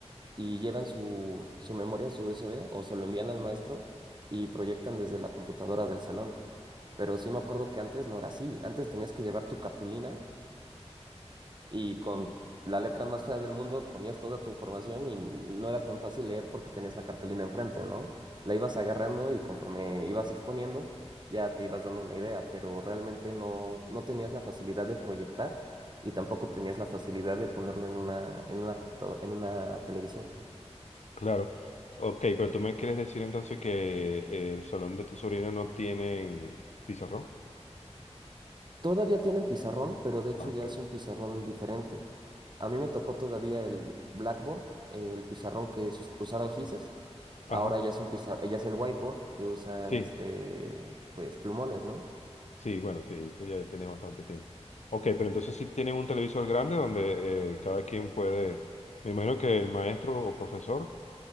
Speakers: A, on the right; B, on the left.
A: y llevan su, su memoria, su USB, o se lo envían al maestro y proyectan desde la computadora del salón. Pero sí me acuerdo que antes no era así. Antes tenías que llevar tu cartulina y con la letra más fea del mundo ponías toda tu información y no era tan fácil leer porque tenías la cartulina enfrente, ¿no? La ibas agarrando y conforme ibas exponiendo, ya te ibas dando una idea, pero realmente no, no tenías la facilidad de proyectar y tampoco tenías la facilidad de ponerlo en una, en una computadora, en una televisión.
B: Claro. Ok, pero tú me quieres decir entonces que el salón de tu sobrina no tienen pizarrón.
A: Todavía tienen pizarrón, pero de hecho
B: Ah,
A: ya
B: ok.
A: es un pizarrón diferente. A mí me tocó todavía el Blackboard, el pizarrón que sus- usaban Gises. Ahora
B: Ah, ajá.
A: ya es un pizar- ya es el whiteboard que usan
B: Sí,
A: este, pues plumones, ¿no?
B: sí, bueno, sí, eso ya tenía bastante tiempo. Ok, pero entonces sí tienen un televisor grande donde eh, cada quien puede, me imagino que el maestro o profesor